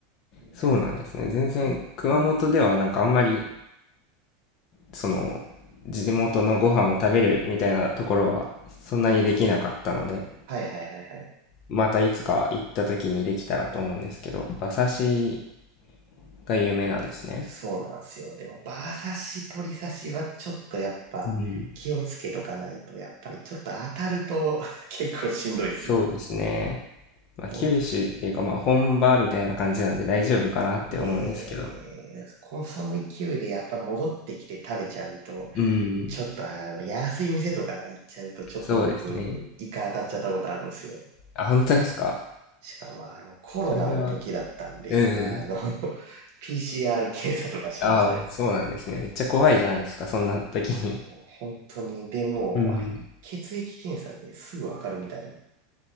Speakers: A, on the left (about 30°); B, on the right (about 50°).
A: そうなんですね。
B: で、
A: 全然、
B: 福、
A: 熊本ではなんかあんまり、その、地元のご飯を食べるみたいなところは、そんなにできなかったので、
B: はいはいはいはい。
A: またいつか行った時にできたらと思うんですけど、馬刺しが有名なんですね。
B: そうなんですよ。でも、バー刺し、取り刺しはちょっとやっぱ気をつけとかないと、
A: うん。
B: やっぱりちょっと当たると <laughs> 結構しんどいっすよ。
A: そうですね。まあ、
B: もう
A: 九州っていうかまあ本場みたいな感じなんで大丈夫かなって思うんですけど。
B: ねえ、こその勢いでやっぱ戻ってきて食べちゃうと、
A: うん。
B: ちょっとあの、安い店とか行っちゃうと、ちょっと僕、
A: そうですね。
B: イカ当たっちゃったことあるんですよ。
A: あ、本当ですか
B: しかもあの、コロナの時だったんで、
A: それは。うん。
B: あの、<laughs> PCR 検査とかしましたよ。
A: ああ、そうなんですね。めっちゃ怖いじゃないですか、そんな時に。
B: お本当に、でも、
A: うん。
B: あれ、血液検査ですぐわかるみたい